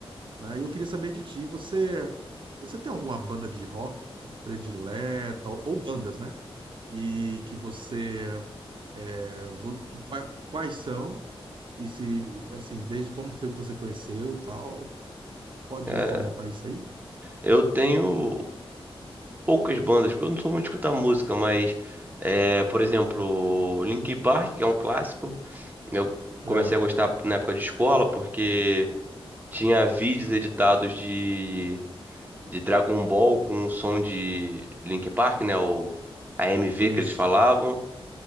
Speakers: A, on the right (about 55°); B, on the right (about 20°).
A: né? E eu queria saber de ti, você você tem alguma banda de rock predileta ou, ou bandas, né? E que você é, vo- que, qua- quais são? E se, assim, desde como foi que você conheceu, tal, pode
B: É,
A: comentar isso aí?
B: eu tenho poucas bandas, porque eu não sou muito de escutar música, mas, é, por exemplo, Linkin Park, que é um clássico, eu comecei
A: É,
B: a gostar na época de escola, porque tinha vídeos editados de, de Dragon Ball com o som de Linkin Park, né? O a AMV
A: isso.
B: que eles falavam.